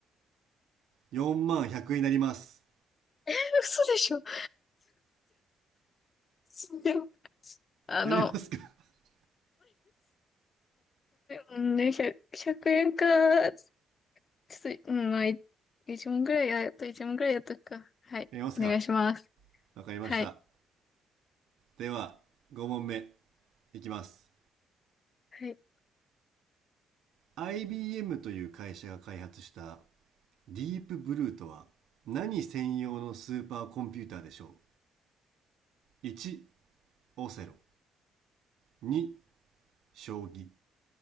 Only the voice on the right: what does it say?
4万100円になります。
やりますか <laughs>
やりますか
わかりました。
では、5問目いきます。
IBM という会社が開発したディープブルーとは何専用のスーパーコンピューターでしょう ?1、いちオセロ。2、将棋。